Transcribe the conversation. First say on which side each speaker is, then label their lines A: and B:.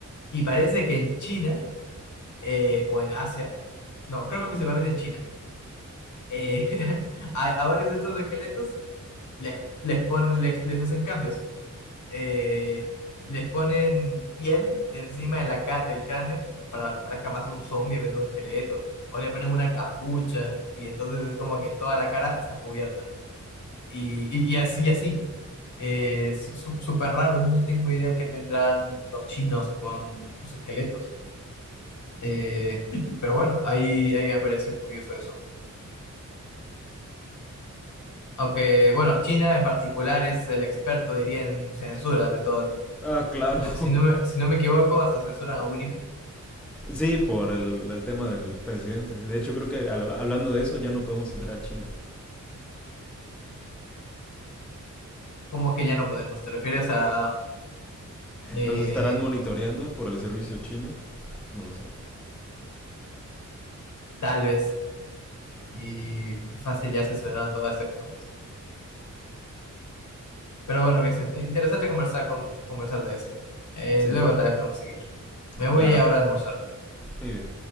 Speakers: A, on the left (about 65°); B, in the centre.
A: Y parece que en China eh, o en Asia, no, creo que principalmente en China, eh, <laughs> a, a varios de estos esqueletos les, les, ponen, les, les hacen cambios. Eh, les ponen piel encima de la, ca- del cráneo para que parezca más un zombie en vez de un esqueleto. O le ponen una capucha y entonces es como que toda la cara está cubierta. Y, y, y así, y así. Eh, su- su- súper raro, no tengo idea qué tendrán los chinos con los esqueletos. Eh, <laughs> pero bueno, ahí, ahí me pareció curioso eso. Aunque, bueno, China en particular es el experto, diría, en censuras de todo tipo.
B: Ah, claro. <laughs>
A: Si no me, si no me equivoco, hasta censuran a Winnie.
B: Sí, por el, el, tema del presidente. De hecho, creo que al, hablando de eso ya no podemos entrar a China.
A: ¿Cómo que ya no podemos? ¿Te refieres a eh,
B: Nos estarán monitoreando por el servicio chino. No lo sé.
A: tal vez? Y fácil, ya censuraron toda esta cosa. Pero bueno, Vicente, interesante conversar, con, conversar de esto. Eh,
B: Sí,
A: luego tal vez podemos seguir. Me voy
B: claro.
A: ahora a almorzar.
B: Muy bien.